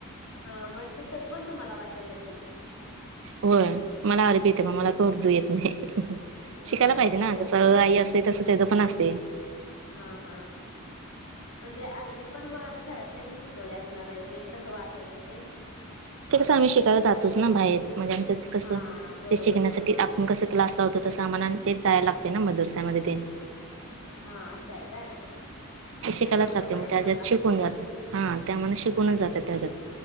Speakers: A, on the left (about 80°); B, on the right (about 60°).
A: हा मग ते तरी पण तुम्हाला वाचालं येतंय.
B: होय मला अरबी येते पण मला क उर्दू येत नाय.
A: हा
B: शिकायला पाहिजे
A: भारी
B: ना
A: आहे
B: जसं
A: की
B: अ आ ई असतय तसं त्याज पण असतय.
A: हा हा म्हणजे अरबी पण मग आता घरातल्यानी शिकवले असणार हायत. ते कसं वाचायचं ते.
B: ते कसं आम्ही शिकायला जातोच ना बाहेर म्हणजे आमचं कसं
A: हा बरोबर
B: ते शिकण्यासाठी
A: बरोबर
B: आप पूण कसं क्लास लावतो तस आम्हाला तेच जायला लागतय ना मदरश्या मध्ये तेन.
A: हा असं हाय काय.
B: ते शिकायला
A: हे नव्हतं
B: जाते
A: माहित
B: मग त्याच्यात
A: मला
B: शिकून जाते हा त्या मना शिकूनच जातात त्याजात.